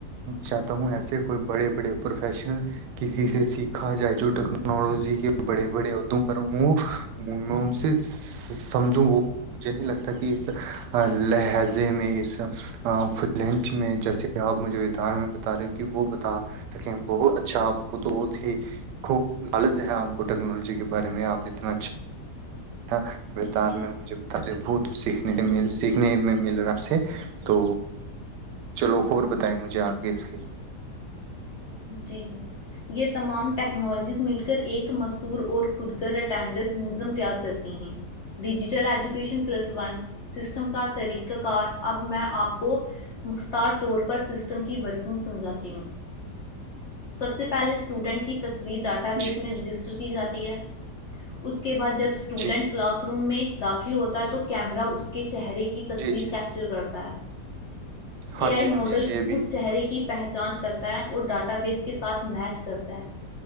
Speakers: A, on the right; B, on the left.
A: چاہتا ہوں ایسے کوئی بڑے بڑے پروفیشن کسی سے سیکھا جائے جو ٹیکنالوجی کے بڑے بڑے عدوں پر وہ میں ان سے سمجھوں وہ مجھے نہیں لگتا کہ اس لہج زے میں اس ف لینچ میں جیسے آپ مجھے وتار میں بتا رہے ہو کہ وہ بتا بہت اچھا آپ کو تو ہی خوب لالج ہے آپ کو ٹیکنالوجی کے بارے میں آپ اتنا اچھا تھا وتار
B: جی
A: میں مجھے پتا ج بھت سیکھنے سیکھنے میں ملا آپ سے تو چلو اور بتائیں مجھے آگے اس کے
B: جی جی یہ تمام ٹیکنالوجیز مل کر ایک مشہور اور خود کر اٹینڈنس نزم تیار ہو کرتی ہیں digital education plus one system کا طریقہ کار اب میں آپ کو مختار طور پر سسٹم کی ورکنگ سمجھاتی ہوں سب سے پہلے اسٹوڈنٹ کی تصویر بھی ڈاٹا بیس
A: جی
B: میں رجسٹر کی جاتی تی ہے وس <inaudible> کے بعد جب اسٹوڈنٹ
A: جی
B: کلاس روم میں داخل ہوتا ہے تو کیمرا اس کے چہرے کی تصویر
A: جی جی
B: کیپچر کرتا ہے اے
A: ہاں
B: آئی
A: جی ہاں
B: ماڈل
A: جی یہ بھی
B: اس چہرے کی پہچان جان کرتا ہے اور ڈاٹا ا بھی اس کے ساتھ میچ کرتا ہے